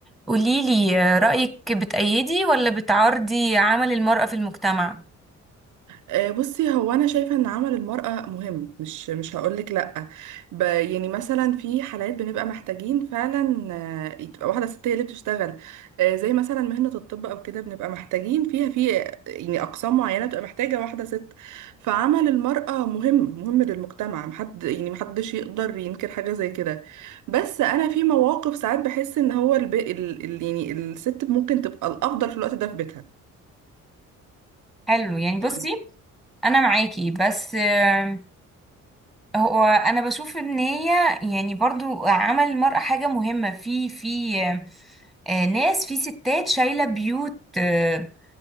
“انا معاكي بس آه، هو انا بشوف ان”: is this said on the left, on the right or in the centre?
Centre